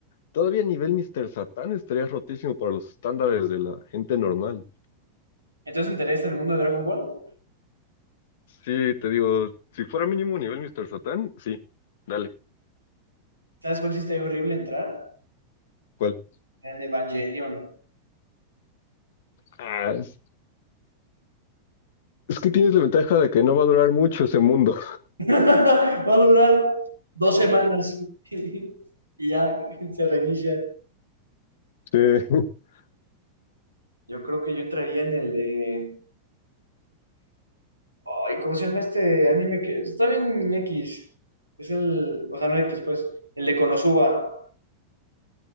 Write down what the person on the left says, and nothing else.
todavía nivel Mr. Satan estaría rotísimo para los estándares de la gente normal.
Sí, te digo, si fuera mínimo nivel Mr. Satán, sí, dale.
¿Cuál?
Ah, es, es que tienes la ventaja de que no va a durar mucho ese mundo.
Sí, <laughs>